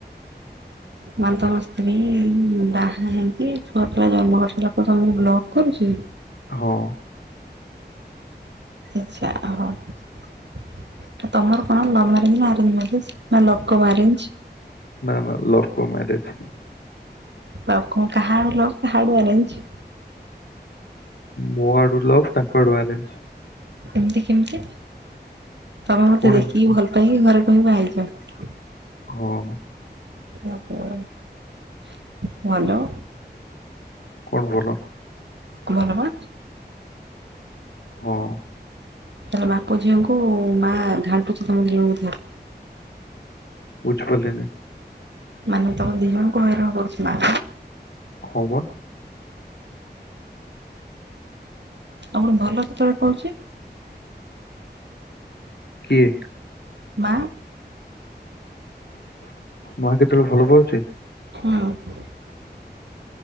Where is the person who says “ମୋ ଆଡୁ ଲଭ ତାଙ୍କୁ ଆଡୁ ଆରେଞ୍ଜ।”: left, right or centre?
Left